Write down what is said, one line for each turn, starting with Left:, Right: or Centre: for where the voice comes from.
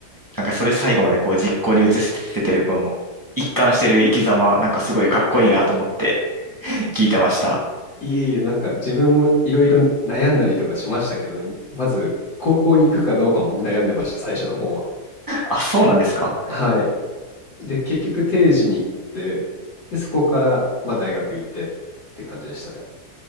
Right: なんかそれ最後までこう実行に移しててるこの一貫してる生き様、なんかすごいかっこいいなと思って <laughs> 聞いてました。
Left: いえいえ、なんか自分もいろいろ悩んだりとかしましたけどね、まず高校に行くかどうかも悩んでました、最初の方は。
Right: あ、そうなんですか
Left: はい。で、結局定時に行って、で、そこから、まあ、大学行ってって感じでしたね。<laughs>